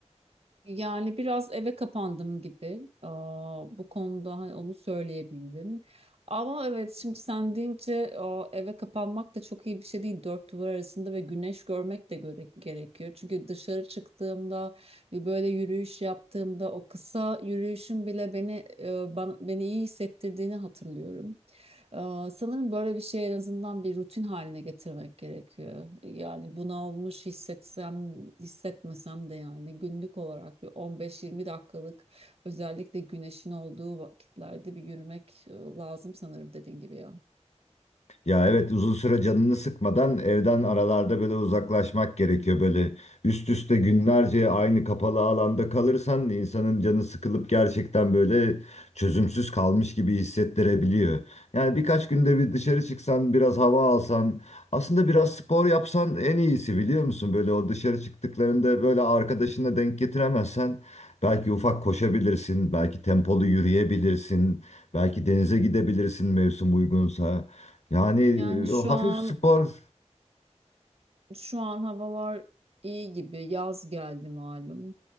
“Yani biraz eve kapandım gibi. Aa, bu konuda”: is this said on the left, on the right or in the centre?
Right